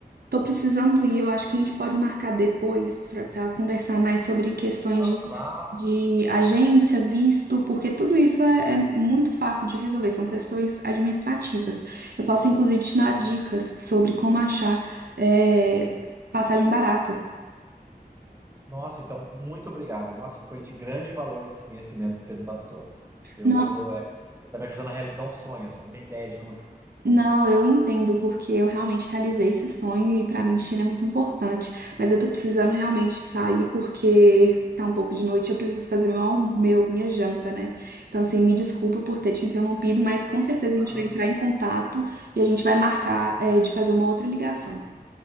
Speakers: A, on the right; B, on the right.
A: Tô precisando ir, eu acho que a gente pode marcar depois para conversar mais sobre questões
B: não,
A: de,
B: claro.
A: de agência, visto, porque tudo isso é, é muito fácil de resolver, são questões administrativas. Eu posso, inclusive, te dar dicas sobre como achar, é, passagem barata.
B: Nossa, então, muito obrigado. Nossa, foi de grande valor esse conhecimento que você me passou. Eu
A: Não,
B: sou, é, você tá me ajudando a realizar um sonho. Você não tem ideia de como eu fico feliz com
A: Não,
B: isso.
A: eu entendo, porque eu realmente realizei esse sonho e pra mim China é muito importante. Mas eu tô precisando realmente sair porque tá um pouco de noite, e eu preciso fazer meu, alm- meu- minha janta, né? Então, assim, me desculpa por ter te interrompido, mas com certeza
B: Ah,
A: a gente vai entrar em contato e a gente vai marcar, eh, de fazer uma outra ligação.